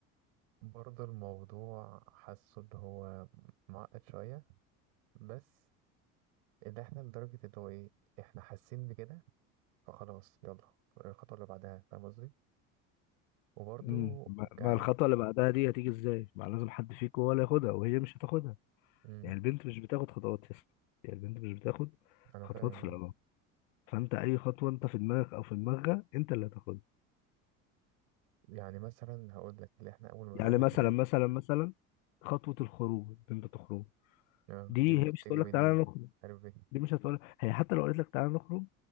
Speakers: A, on the right; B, on the left.
A: برضه الموضوع حاسه اللي هو معقد شوية بس اللي احنا لدرجة اللي هو ايه احنا حاسين بكده فخلاص يلا الخطوة اللي بعدها فاهم قصدي وبرضه
B: امم ما ما
A: ك
B: الخطوه اللي بعدها دي هتيجي ازاي ما لازم حد فيكم ولا ياخدها وهي مش هتاخدها
A: مم.
B: يعني البنت مش بتاخد خطوات يا اسطى يعني البنت مش بتاخد
A: انا
B: خطوات
A: فاهم
B: في العلاقه فانت اي خطوه انت في دماغك او في دماغها انت اللي هتاخدها
A: يعني مثلا هقول لك اللي احنا اول ما
B: يعني
A: بدأنا
B: مثلا
A: كلام
B: مثلا مثلا خطوه الخروج انت تخرج
A: آه،
B: دي
A: دي المفروض
B: هي مش
A: تيجي
B: هتقول
A: مني
B: لك تعالى نخرج
A: عارف ايه
B: دي مش هتقول هي حتى لو قالت لك تعالى نخرج